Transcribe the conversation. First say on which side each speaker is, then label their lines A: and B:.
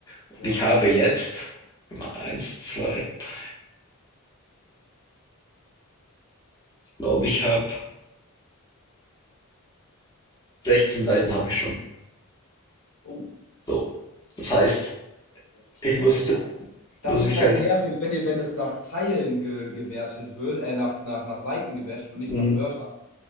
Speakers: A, on the left; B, on the left.
A: Und
B: ja.
A: ich habe jetzt, mal eins, zwei, drei, ich glaube, ich habe 16 Seiten habe ich schon.
B: Oh,
A: So. Das heißt,
B: okay,
A: ich muss,
B: ja. Das
A: muss
B: ist
A: mich
B: halt
A: halt,
B: nervig, wenn ihr, wenn das nach Zeilen ge gewertet wird, äh, nach, nach, nach Seiten gewertet und nicht
A: mm,
B: nach Wörtern.